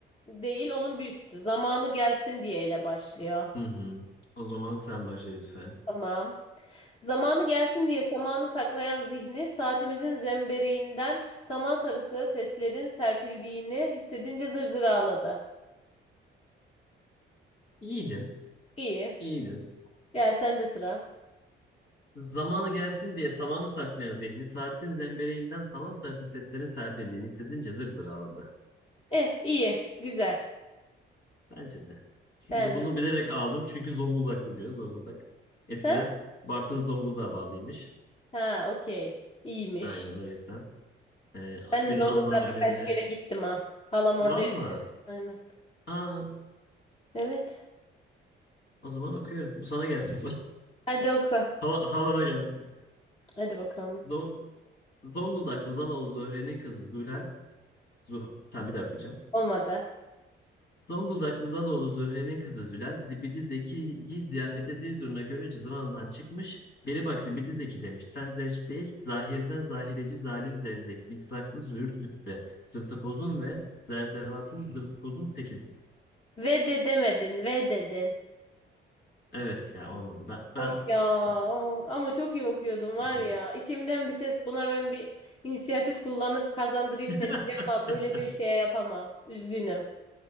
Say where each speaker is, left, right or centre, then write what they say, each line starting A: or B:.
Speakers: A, on the left; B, on the left.
A: değil onun bir Zamanı gelsin diye ile başlıyor.
B: Hı hı. O zaman sen başla lütfen.
A: Tamam. Zamanı gelsin diye samanı saklayan zihni, saatimizin zembereğinden saman sarısı seslerin serpildiğini hissedince zır zır ağladı.
B: İyiydin.
A: İyi.
B: İyiydin.
A: Gel sen de sıra.
B: Zamanı gelsin diye samanı saklayan zihni saatin zembeleğinden saman sarısı seslerin serpildiğini hissedince zır zır ağladı.
A: Eh iyi. Güzel.
B: Bence de. Şimdi
A: Beğendim.
B: bunu bilerek aldım çünkü Zonguldaklı diyor. Zonguldak. Eskiden
A: Sen?
B: Bartın Zonguldak'a bağlıymış.
A: Ha okey. İyiymiş.
B: Aynen o yüzden. Ee,
A: Ben
B: günün
A: de Zonguldak'a
B: anlam ve önemine.
A: kaç kere gittim ha. Halam orada.
B: Valla.
A: yaşıyor. Aynen.
B: Aa,
A: Evet.
B: o zaman okuyorum. Bu sana gelsin.
A: Hadi oku.
B: <laughs> Hala, halama gelsin.
A: Hadi bakalım.
B: Zo- Zonguldaklı Zaloğlu Zöhre'nin kızı Zülal. Zuh tamam bir daha okuyacağım.
A: Olmadı.
B: Zonguldaklı Zaloğlu Zöhre'nin kızı Zülal, Zibidi Zeki'yi ziyafete zil zurna görünce zamandan çıkmış. Beli bak Zibidi Zeki demiş. Sen zevç değil, zahirden zahireci zalim zevzek, zikzaklı züğürt züppe, zırtapozun ve zerzevatın zırtpozun tekizi.
A: Ve de demedin. Ve dedin.
B: Evet ya olmadı. Ben, ben
A: Of ya
B: yok
A: o- ama çok iyi okuyordum var
B: yapamadım.
A: ya. İçimden bir ses buna ben bir inisiyatif kullanıp kazandırayım
B: <laughs>
A: seni diye ama böyle bir şey yapamam. Üzgünüm.